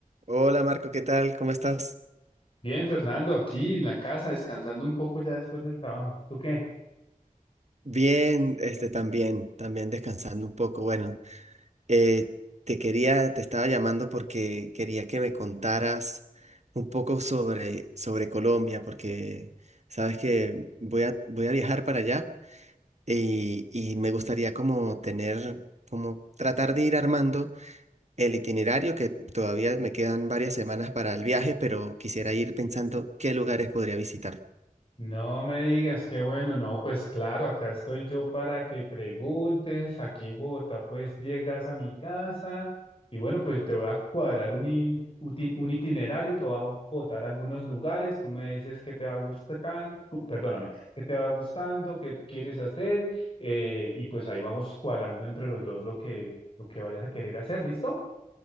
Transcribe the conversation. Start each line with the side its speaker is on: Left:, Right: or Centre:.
Right: Hola Marco, ¿qué tal? ¿Cómo estás?
Left: Bien, Fernando, aquí en la casa, descansando un poco ya después del trabajo. ¿Tú qué?
Right: Bien, este también, también descansando un poco. Bueno, eh, te quería, te estaba llamando porque quería que me contaras un poco sobre, sobre Colombia, porque sabes que voy a, voy a viajar para allá y, y me gustaría como tener, como tratar de ir armando el itinerario, que todavía me quedan varias semanas para el viaje, pero quisiera ir pensando qué lugares podría visitar.
Left: No me digas, qué bueno, no, pues claro, acá estoy yo para que preguntes. Aquí en Bogotá, pues llegas a mi casa y bueno, pues te voy a cuadrar un, in- uti- un itinerario, te voy a botar a algunos lugares, tú me dices qué te va gustando, perdóname, qué te va gustando, qué quieres hacer eh, y pues ahí vamos cuadrando entre los dos lo que, lo que vayas a querer hacer, ¿listo?